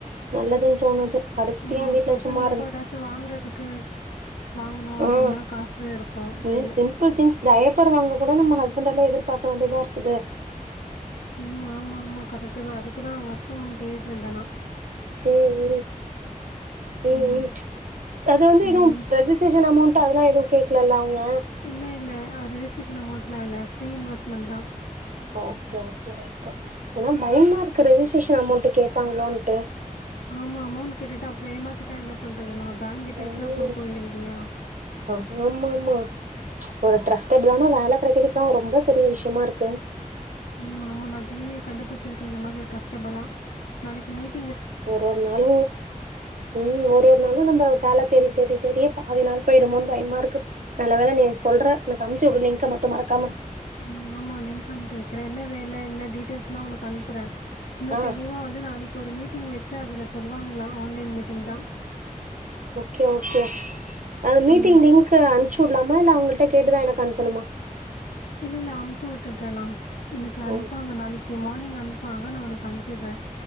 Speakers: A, on the right; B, on the left.
A: நல்லதுன் தோணுது படிச்சுட்டு
B: உம்
A: ஏன் வீட்ல
B: பசங்களுக்கு
A: சும்மா
B: ஏதாச்சு வாங்குறதுக்கு வாங்கணும் அப்டின்னா
A: உம்
B: காசு இருக்கும்
A: நீ
B: கையில.
A: சிம்பிள் திங்ஸ் டயாபர் வாங்க கூட நம்ம ஹஸ்பண்ட்லா எதிர் பாக்க வேண்டியதா இருக்குது
B: ம் ஆமா ஆமா கரெக்ட் தா அதுக்குதா ஒர்க் ஃப்ரம் தேடிட்டு இருந்த நா
A: உம் உம் உம்
B: ம்.
A: உம் அது வந்து
B: ம்.
A: இது ரெஜிஸ்டரேஷன் அமௌண்ட் அதெல்லா எதுவும் கேக் இல்லல்ல அவுங்க
B: இல்ல இல்ல ஆ ரெஜிஸ்ட்ரேஷன் அமௌன்ட்லா இல்ல ஃப்ரீ இன்வெஸ்மெண்ட்தா
A: ஓகே ஓகே ரைட்டு ஏன்னா பயமா இருக் கு ரெஜிஸ்ட்ரேஷன் அமௌண்ட்டு கேப்பாங்களோன்ட்டு
B: ஆமா அமௌண்ட் கேட்டுட்டு அப்றோ ஏமாத்திட்டா என்ன பண்றது நா பேங்க் டீட்டெல்ஸ்லா
A: ம்
B: குடுப்போ இல்லி இல்லயா
A: ஆமா ஆமா ஒரு ட்ரஸ்டபுல்லான வேல கெடைக்கறது தா ரொம்ப பெரிய விஷ்யமாருக்கு
B: ம் ஆமா நா டிவி கண்டுபுடிச்சிருக்கே இந்த மாரி ஒரு ட்ரெஸ்ஸபலா நாளைக்கு மீட்
A: ஒரு ஒரு நாளு ம் ஒரு ஒரு நாளு நம்ப வேலை தேடி தேடி இதுலேயே பாதி நாள் போயிடுமோனு பயமா இருக்கு நல்ல வேலை நீ சொல்ற எனக்கு அனுப்ச்சிவிடு லிங்க்க மட் <unintelligible> மறக்காம
B: ம் ஆமா லிங்க் அனுப்பி வைக்கிறே என்ன வேலை என்ன டீட்டெயில்ஸ்லா உனக்கு அனுப்புறே இன்னு
A: ஆ
B: தெளிவா வந்து நாளைக் ஒரு மீட்டிங் வெச்சு அதுல சொல்லுவாங்களா ஆன்லைன் மீட்டிங்தா
A: ஓகே ஓகே அது மீட்டிங்
B: ம்.
A: லிங்க் அனுப்ச்சு விடலாமா இல்ல அவங்க கிட்ட கே கேட்டுதா எனக்கு அனுப்பனுமா
B: இல்லல்ல அம்ச் சு வுட்டுட்டே நா எனக்கு அனுப்புவாங்க
A: ஓகே
B: நாளைக்கி மார்னிங் அன் ப்புவாங்க நா ஒனக்கு அனுப்பியற